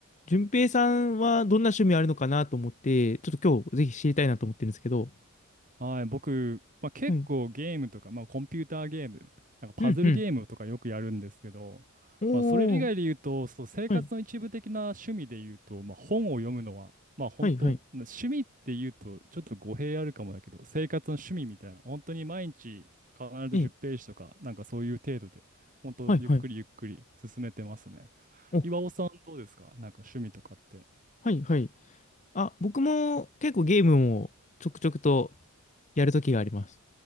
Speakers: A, on the left; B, on the right.
A: 順平さんはどんな趣味あるのかなと思って、ちょっと今日ぜひ知りたいなと思ってるんですけど。
B: はい、僕、まあ、結構ゲームとか、
A: はい。
B: まあ、コンピューターゲーム、なんかパズルゲームとかよくやるんですけど、
A: うんうん。おー。
B: まあ、それ以外で言うと、そう、生活の一部的な趣味で言うと、
A: はい。
B: まあ、本を読むのは、まあ本当、
A: はい、はい。
B: な趣味って言うとちょっと語弊あるかもだけど、生活の趣味みたいな、本当に毎日必ず10ページとか、
A: ええ。
B: なんかそういう程度で、本当、
A: はい、
B: ゆっくりゆっくり進めてますね。
A: はい。お、
B: 岩尾さんどうですかなんか趣味とかって。
A: はい、はい。あ、僕も結構ゲームをちょくちょくとやるときがあります。